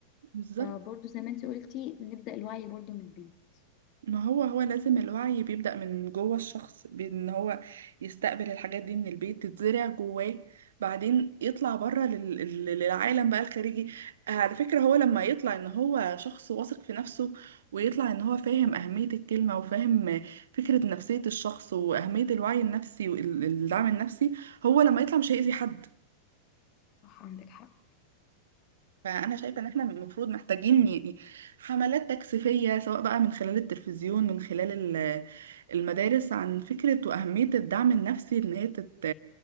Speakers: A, on the right; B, on the left.
A: بالظبط
B: فبرضو زي ما انت قلتي نبدأ الوعي برضو من البيت
A: ما هو هو لازم الوعي بيبدأ من جوه الشخص بأن هو يستقبل الحاجات دي من البيت تتزرع جواه بعدين يطلع بره لل... لل- للعالم بقى الخارجي على فكرة هو لما يطلع ان هو شخص واثق في نفسه ويطلع ان هو فاهم أهمية الكلمة وفاهم فكرة نفسية الشخص وأهمية الوعي النفسي والدعم النفسي هو لما يطلع مش هيأذي حد
B: صح عندك حق
A: فأنا شايفة إن إحنا المفروض محتاجين يعني حملات تكثيفية سواء بقى من خلال التلفزيون من خلال ال- المدارس عن فكرة وأهمية الدعم النفسي إن هي تت